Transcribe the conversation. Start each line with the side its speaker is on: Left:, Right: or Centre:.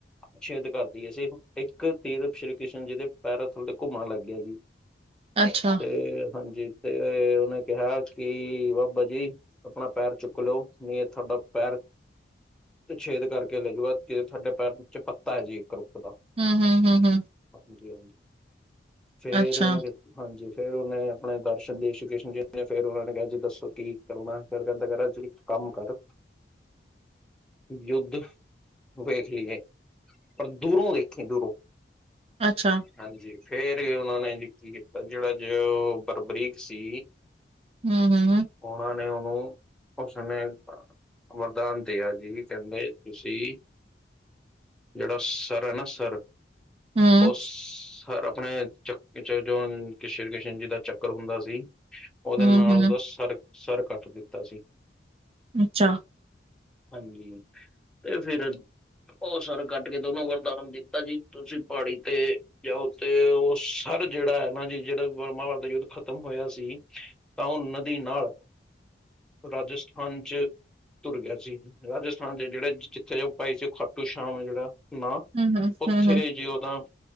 Centre: ਛੇਦ ਕਰਦੀ ਹੈ ਸੀ ਇੱਕ ਤੀਰ ਸ਼੍ਰੀ ਕ੍ਰਿਸ਼ਨ ਜੀ ਦੇ ਪੈਰਾ ਥਲੇ ਘੁੰਮਣ ਲੱਗ ਗਿਆ ਜੀ
Right: ਅੱਛਾ
Centre: ਤੇ ਹਾਂਜੀ ਤੇ ਉਹਨੇ ਕਿਹਾ ਕਿ ਬਾਬਾ ਜੀ ਆਪਣਾ ਪੈਰ ਚੁੱਕ ਲਓ ਨਹੀਂ ਤੁਹਾਡਾ ਪੈਰ ਛੇਦ ਕਰਕੇ ਲੈਜੂਗਾ ਤੁਹਾਡੇ ਪੈਰ ਥਲੇ ਪੱਤਾ ਹੈ ਜੀ ਇੱਕ ਰੁੱਖ ਦਾ।
Right: ਹੂ, ਹੂ, ਹੂ, ਹੂ।
Centre: ਹਾਂਜੀ ਹਾਂਜੀ। ਫੇਰ
Right: ਅੱਛਾ
Centre: ਓਨਾ ਹਾਂਜੀ, ਫ਼ੇਰ ਓਨੇ ਅਪਣੇ ਦਰਸ਼ਨ ਦੇ ਸ਼ਿਕਿਸ਼ਨ ਜੀ ਨੇ ਫੇਰ ਓਨਾਂ ਕੇਆ ਜੀ ਦੱਸੋ ਕੀ ਕਰਨਾ? ਫੇਰ ਕੈਂਦਾ ਕੈਰਾ ਜੀ ਇੱਕ ਕੰਮ ਕਰ। ਯੁੱਧ ਵੇਖ ਲਈਏ ਪਰ ਦੂਰੋਂ ਵੇਖੀਂ ਦੂਰੋਂ।
Right: ਅੱਛਾ।
Centre: ਹਾਂਜੀ। ਫੇਰ ਓਨਾਂ ਨੇ ਜੀ ਕੀ ਕੀਤਾ ਜੇੜਾ ਜੇਓ ਬਰਬਰੀਕ ਸੀ।
Right: ਹੂੰ। ਹੂੰ।
Centre: ਓਨਾਂ ਨੇ ਓਨੂੰ ਉਸ ਸਮੇ ਵਰਦਾਨ ਦੀਆ ਜੀ ਕੇਂਦੇ ਤੁਸੀ ਜੇੜਾ ਸਰ ਐਨਾ ਸਰ
Right: ਹਮ
Centre: ਓ ਸਰ ਅਪ ਅਪਣੇ ਚੱਕ ਜੋ ਸ਼੍ਰੀ ਕ੍ਰਿਸ਼ਨ ਜੀ ਦਾ ਚੱਕਰ ਹੁੰਦਾ ਸੀ। ਓਦੇ
Right: ਹਮ
Centre: ਨਾਲ
Right: ਹਮ
Centre: ਓਦਾ ਸਰ ਸਰ ਕੱਟ ਦਿੱਤਾ ਸੀ।
Right: ਅੱਛਾ
Centre: ਹਾਂਜੀ। ਤੇ ਫੇਰ ਓ ਸਰ ਕੱਟ ਕੇ ਦੋਨੋ ਵਰਦਾਨ ਦਿੱਤਾ ਜੀ ਤੁਸੀ ਪਾੜੀ ਤੇ ਜਾਂ ਉ ਤੇ ਓ ਸਰ ਜੇੜਾ ਐ ਨਾ ਜੀ ਜੇੜਾ ਮਹਾਭਾਰਤ ਦਾ ਯੁੱਧ ਖਤਮ ਹੋਏਆ ਸੀ ਤਾਂਓ ਨਦੀ ਨਾਲ ਰਾਜਸਥਾਨ ਚ ਤੁਰ ਗਆ ਸੀ। ਰਾਜਸਥਾਨ ਚ ਜੇੜੇ ਜਿੱਥੇ ਓ ਪਾਈ ਸੀ ਖਾਟੂ ਸ਼ਾਮ ਐ ਜੇੜਾ ਨਾ,
Right: ਹਮ ਹਮ
Centre: ਓਥੇ
Right: ਹਮ
Centre: ਜੀ ਓਦਾ